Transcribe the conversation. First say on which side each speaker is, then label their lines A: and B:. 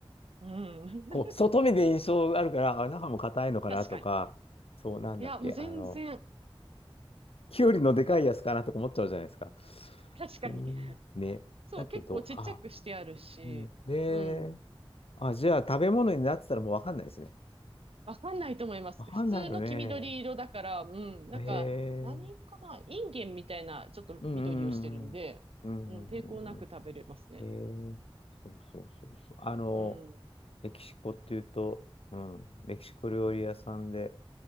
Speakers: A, on the right; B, on the left.
A: うん。
B: こう、外見で印象があるから、
A: <laughs>
B: あ、中も硬いのかなとか、
A: 確かに。
B: そうなんだっけ、
A: いや、もう全然、
B: あの、きゅうりのでかいやつかなとか思っちゃうじゃないですか。
A: 確かに。
B: そん、ね。
A: そう、
B: だけど、
A: 結構ちっちゃくしてあるし、
B: あ、うん。で、
A: うん。
B: あ、じゃあ食べ物になってたらもうわかんないですね。
A: わかんないと思います。
B: わかんないよね。
A: 普通の黄緑色だから、うん。なんか、
B: へえ。
A: 何かなインゲンみたいな、ちょっと緑をしてるんで、
B: うんうんうんうん。
A: うん、
B: うんうんうん
A: 抵抗なく食べれますね。
B: うん。へえ。そうそうそうそう。あの、
A: うん。
B: メキシコっていうと、うん、メキシコ料理屋さんで、